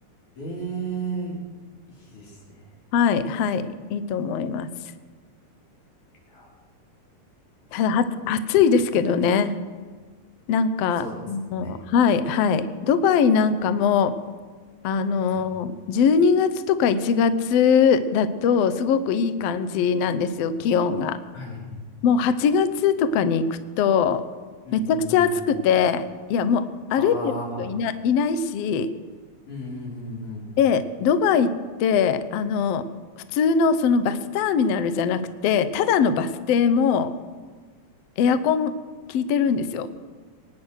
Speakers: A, on the left (about 60°); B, on the left (about 85°).
A: ええいいですね。
B: う。はい、はい、いいと思います。
A: いや、ちょっと。
B: ただ、あ、暑いですけどね。なんか、
A: そうですよね。
B: あのはい、はい。ドバイなんかも、あの、
A: はい。
B: 12月とか1月だと、すごくいい感じなんですよ、気温が。
A: はい。うん
B: もう8月とかに行くと、
A: うんうんうん。
B: めちゃくちゃ暑くて、いや、もう歩いてる人いな、
A: ああ。
B: いないし、
A: うんうんうんうん。
B: で、ドバイって、あの、普通のそのバスターミナルじゃなくて、ただのバス停もエアコン効いてるんですよ。